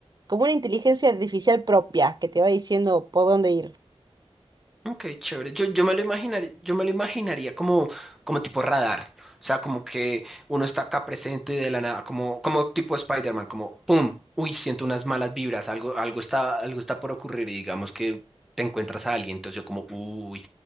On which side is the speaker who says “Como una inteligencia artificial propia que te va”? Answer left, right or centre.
Right